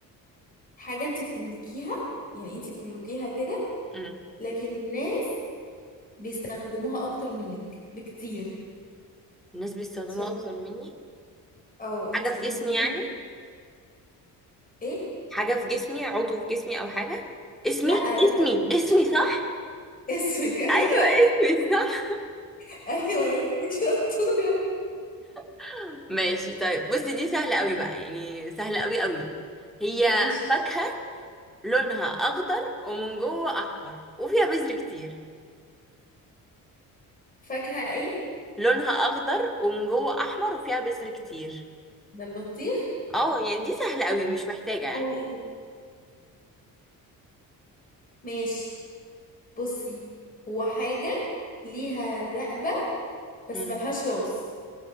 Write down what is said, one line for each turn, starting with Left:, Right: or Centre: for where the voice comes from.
Left: حاجة انتي بتملكيها يعني انتي بتملكيها كده
Centre: امم
Left: لكن الناس بيستخدموها اكتر منك بكتير
Centre: الناس بيستخدموها
Left: بسرعة
Centre: اكتر مني
Left: اه
Centre: حاجه
Left: انتي
Centre: في
Left: بتملكيها
Centre: جسمي يعني
Left: ايه
Centre: حاجه في جسمي عضو في جسمي او حاجه اسمي
Left: لا لا
Centre: اسمي
Left: لا، مش
Centre: اسمي صح
Left: اسمك ايوه
Centre: ايوه اسمي صح
Left: <laughs> ايوه اسمك شطورة
Centre: <laughs> ماشي طيب بصي دي سهله قوي بقى يعني سهله قوي قوي هي
Left: ماشي
Centre: فاكهه لونها اخضر ومن جوه احمر وفيها بذر كتير
Left: فاكهة ايه
Centre: لونها اخضر ومن جوه احمر وفيها بذر كتير
Left: ده البطيخ
Centre: اه يعني دي سهلة قوي مش محتاجة
Left: أوي
Centre: يعني
Left: إيه ده؟ ماشي بصي هو حاجة ليها رقبة بس
Centre: مم.
Left: ملهاش راس